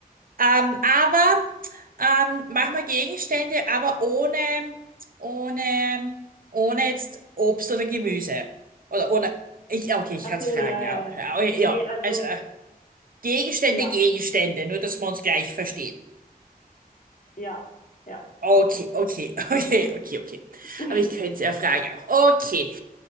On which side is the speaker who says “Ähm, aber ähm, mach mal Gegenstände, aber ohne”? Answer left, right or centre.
Right